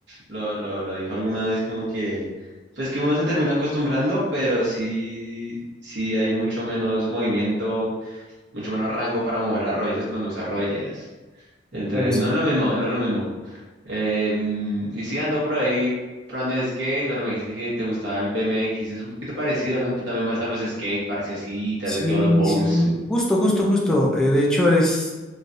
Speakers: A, on the right (about 75°); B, in the centre.
A: lo, lo, lo dijo alguna vez como que, pues que uno se termina acostumbrando, pero sí, sí hay mucho menos movimiento, mucho menos rango para mover las rodillas cuando usas rodilleras. Entonces,
B: Bueno, sí.
A: no es lo mismo, no es lo mismo. Em, y sí ando por ahí probando el skate, bueno, me dijiste que te gustaba el BMX, es un poquito parecido, ¿no? Tú también vas a los skate parks y así, y te
B: Sí,
A: has metido a los bowls.
B: sí, justo, justo, justo. Eh, de hecho, es